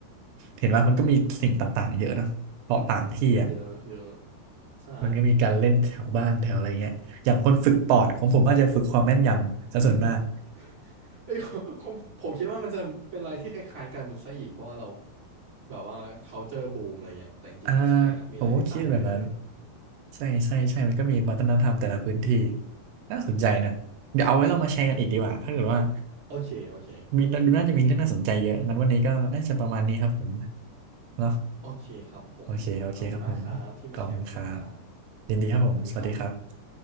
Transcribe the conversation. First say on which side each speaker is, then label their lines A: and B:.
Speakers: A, on the right (about 80°); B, on the right (about 20°).
A: เห็นว่ามันก็มีสิ่งต่างๆเยอะนะเพราะต่างที่อ่ะ
B: เยอะเยอะใช่
A: มันก็มีการเล่นแถวบ้านแถวอะไรเงี้ยอย่างคนฝึกปอดของผมอาจจะฝึกความแม่นยำซะส่วนมาก
B: <laughs> เอ้ยผมผมผมคิดว่ามันจะเป็นอะไรที่คล้ายๆกันซะอีกเพราะว่าเราแบบว่า culture boom อะไรเงี้ยแต่จริงๆไม่ใช่นะมีอะไรที่ต่างกันเยอะเลย
A: อ่าผมก็คิดแบบนั้นใช่ใช่ใช่มันก็มีวัฒนธรรมแต่ละพื้นที่น่าสนใจนะเดี๋ยวเอาไว้เรามาแชร์กันอีกดีกว่าถ้าเกิดว่า
B: โอเคโอเค
A: มีดูน่าจะมีเรื่องน่าสนใจเยอะงั้นวันนี้ก็น่าจะประมาณนี้ครับผมเนาะ
B: โอเคครับผมขอบคุณมากครับที่มาแชร์ประสบการณ์
A: โอเค โอเคครับผมขอบคุณครับยินดีครับผม
B: สวัสดีครับ
A: สวัสดีครับ